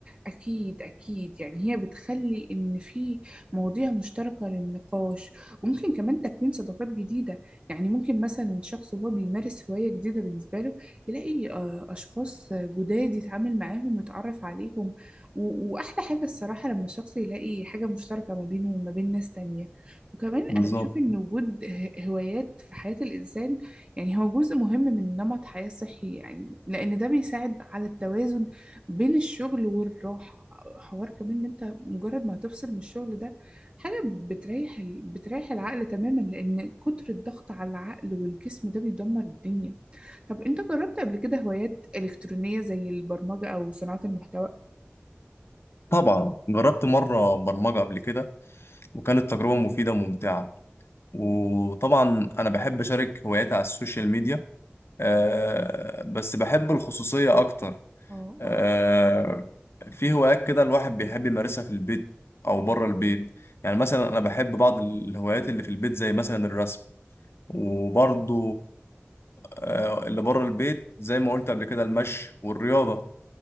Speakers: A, on the right; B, on the left.
A: أكيد أكيد يعني هي بتخلي إن في مواضيع مشتركة للنقاش وممكن كمان تكوين صداقات جديدة يعني ممكن مثلا شخص هو بيمارس هواية جديدة بالنسبة له يلاقي آه، أشخاص جداد يتعامل معاهم ويتعرف عليهم و- وأحلى حاجة الصراحة لما الشخص يلاقي حاجة مشتركة ما بينه وما بين ناس تانية وكمان
B: بالظبط
A: أنا بشوف إن وجود ه- هوايات في حياة الإنسان يعني هو جزء مهم من نمط حياة صحي يعني لأن ده بيساعد على التوازن بين الشغل والراحة حوار كمان ان انت مجرد ما هتفصل من الشغل ده حاجة بتريح ال... بتريح العقل تماما لان كتر الضغط على العقل والجسم ده بيدمر الدنيا طب انت جربت قبل كده هوايات إلكترونية زي البرمجة او صناعة المحتوى
B: طبعا جربت مرة برمجة قبل كده وكانت تجربة مفيدة وممتعة وطبعا أنا بحب أشارك هواياتي على السوشيال ميديا آه، بس بحب الخصوصية أكتر
A: اه
B: آه،
A: اه
B: في هوايات كده الواحد بيحب يمارسها في البيت او بره البيت يعني مثلا انا بحب بعض الهوايات اللي في البيت زي مثلا الرسم وبرضو آه، اللي بره البيت زي ما قلت قبل كده المشي والرياضة